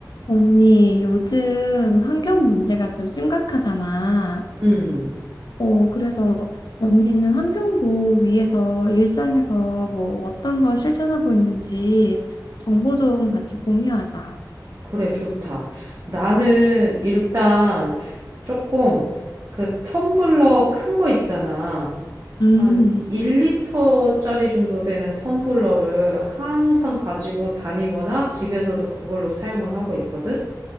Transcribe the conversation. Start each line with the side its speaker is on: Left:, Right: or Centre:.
Left: 언니, 요즘 환경 문제가 좀 심각하잖아.
Right: 음,
Left: 어, 그래서 언니는 환경부 위에서 일상에서 뭐 어떤 걸 실천하고 있는지 정보 좀 같이 공유하자.
Right: 그래, 좋다. 나는 일단 조금 그 텀블러 큰 거 있잖아.
Left: 음,
Right: 한 1리터짜리 정도 되는 텀블러를 항상 가지고 다니거나 집에서도 그걸로 사용을 하고 있거든.